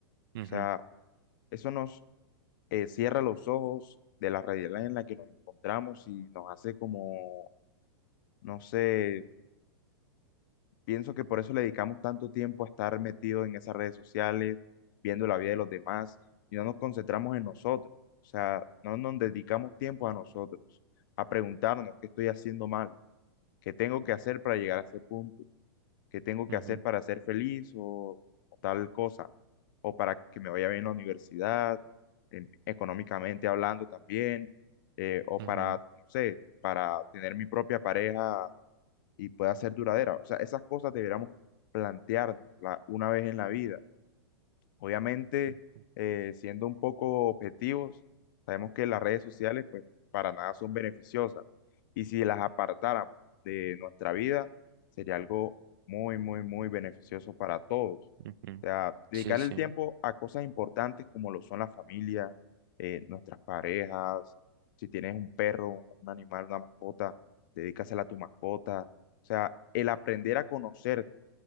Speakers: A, on the right; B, on the left.
A: Ujú,
B: O sea, eso nos eh, cierra los ojos de la realidad en la que nos encontramos y nos hace como, no sé, Pienso que por eso le dedicamos tanto tiempo a estar metidos en esas redes sociales, viendo la vida de los demás, y no nos concentramos en nosotros. O sea, no nos dedicamos tiempo a nosotros, a preguntarnos qué estoy haciendo mal, qué tengo que hacer para llegar a ese punto, qué tengo que
A: ujú,
B: hacer para ser feliz o, o tal cosa, o para que me vaya bien en la universidad, em- económicamente hablando también, eh, o
A: ujú,
B: para, no sé, para tener mi propia pareja y pueda ser duradera. O sea, esas cosas deberíamos plantearnos la- una vez en la vida. Obviamente,
A: ujú,
B: eh, siendo un poco objetivos, sabemos que las redes sociales, pues, para nada son beneficiosas. Y si las apartáramos de nuestra vida, sería algo muy, muy, muy beneficioso para todos.
A: ujú.
B: O sea, dedicar
A: Sí, sí,
B: el tiempo a cosas importantes como lo son la familia, eh, nuestras parejas, si tienes un perro, un animal, una mascota, dedícasela a tu mascota. O sea, el aprender a conocernos